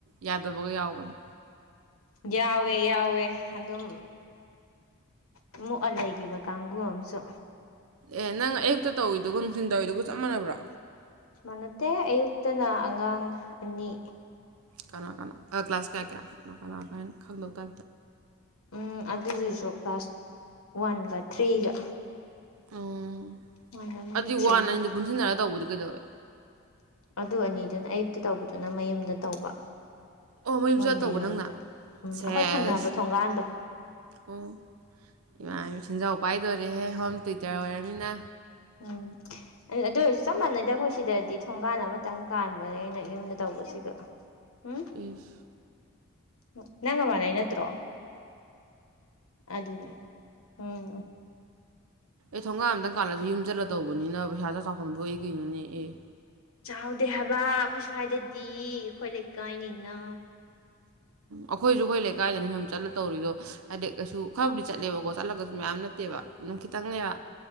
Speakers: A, on the right; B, on the left.
A: ꯌꯥꯗꯕꯒ ꯌꯥꯎꯕꯅꯤ
B: ꯌꯥꯎꯋꯦ ꯌꯥꯎꯋꯦ ꯑꯗꯨꯝ ꯑꯃ ꯃꯨꯛꯑ ꯂꯩꯈꯤꯕ ꯀꯥꯡꯕꯨꯨ ꯑꯃꯁꯨ
A: ꯑꯦ ꯅꯪ ꯑꯌꯨꯛꯇ ꯇꯧꯏꯗꯨꯒ ꯅꯨꯡꯊꯤꯟ ꯇꯧꯋꯏꯗꯨꯒ ꯆꯞ ꯃꯥꯟꯅꯕ꯭ꯔꯣ
B: ꯃꯟꯅꯥꯗꯦ ꯑꯌꯨꯛꯇꯅ ꯑꯉꯥꯡ ꯑꯅꯤ
A: ꯀꯅꯥ ꯀꯅꯥ ꯑ ꯀ꯭ꯂꯥꯁ ꯀꯌꯥ ꯀꯌꯥ ꯃꯈꯅꯥ ꯀ ꯀꯥꯏꯅ ꯈꯪꯗꯧ ꯇꯥ
B: ꯎꯝ ꯑꯗꯨꯗꯨꯁꯨ ꯀ꯭ꯂꯥꯁ ꯋꯥꯟꯒ ꯊ꯭ꯔꯤꯒ
A: ꯎꯝ
B: ꯋꯥꯟ ꯑꯃꯒ
A: ꯑꯗꯨ
B: ꯊ꯭ꯔꯤ
A: ꯋꯥꯟ
B: ꯑꯃꯒ
A: ꯑꯅꯤꯗꯣ ꯄꯨꯟꯁꯤꯟꯅꯔꯒ ꯇꯧꯕꯗꯤ ꯀꯩꯗꯧꯋꯦ
B: ꯑꯗꯨ ꯑꯅꯤꯗꯨꯅ ꯑꯌꯨꯛꯇ ꯇꯧꯕꯗꯨꯅ ꯃꯌꯨꯝꯗ ꯇꯧꯕ
A: ꯑꯣ ꯃꯌꯨꯝ
B: ꯃꯣꯏ
A: ꯆꯠ
B: ꯃꯌꯨꯝꯗ
A: ꯇꯧꯕ ꯅꯪꯅ
B: ꯎꯝ
A: ꯁꯦꯁ
B: ꯑꯩꯈꯣꯏ ꯊꯪꯅꯕ ꯊꯣꯡꯒꯥꯟꯗꯣ
A: ꯑꯣ ꯏꯃꯥ ꯁꯦꯟꯖꯥꯎ ꯄꯥꯏꯗꯣꯏꯔꯦꯍꯦ ꯍꯣꯝ ꯇꯨꯏꯇꯔ ꯑꯣꯏꯔꯃꯤꯅ
B: ꯎꯝ ꯑꯗꯨ ꯑꯣꯏꯔꯁꯨ ꯆꯞ ꯃꯥꯟꯅꯩꯗ ꯑꯩꯈꯣꯏ ꯁꯤꯗꯗꯤ ꯊꯣꯡꯒꯥꯟ ꯑꯃꯇꯪ ꯀꯥꯟꯕꯅꯦ ꯑꯩꯅ ꯌꯨꯝꯗ ꯇꯧꯕꯁꯤꯒ ꯎꯝ
A: ꯏꯁ
B: ꯎ ꯅꯪꯒ ꯃꯅꯩ ꯅꯠꯇ꯭ꯔꯣ ꯑꯗꯨꯅꯦ ꯎꯝ
A: ꯑꯩ ꯊꯣꯡꯒꯥꯝ ꯀꯥꯂꯁꯨ ꯌꯨꯝ ꯆꯠꯂ ꯇꯧꯕꯅꯤꯅ ꯄꯩꯁꯥꯗ ꯐꯣꯝꯗꯣꯛꯏ ꯀꯩꯅꯣꯅꯦ ꯑꯦ
B: ꯆꯥꯎꯗꯦ ꯍꯥꯏꯕ ꯑꯩꯈꯣꯏ ꯁ꯭ꯋꯥꯏꯗꯗꯤ ꯑꯩꯈꯣꯏ ꯂꯩꯀꯥꯏꯅꯤꯅ
A: ꯑꯩꯈꯣꯏꯁꯨ ꯑꯩꯈꯣꯏ ꯂꯩꯀꯥꯏꯗꯅꯤ ꯁꯨꯝ ꯆꯠꯂ ꯇꯧꯔꯤꯗꯣ ꯍꯥꯏꯗꯤ ꯀꯩꯁꯨ ꯈꯔꯕꯨꯗꯤ ꯆꯠꯂꯦꯕꯀꯣ ꯆꯠꯂꯒꯁꯨ ꯃꯌꯥꯝ ꯅꯠꯇꯦꯕ ꯑꯗꯨꯝ ꯈꯤꯇꯪꯅꯦꯕ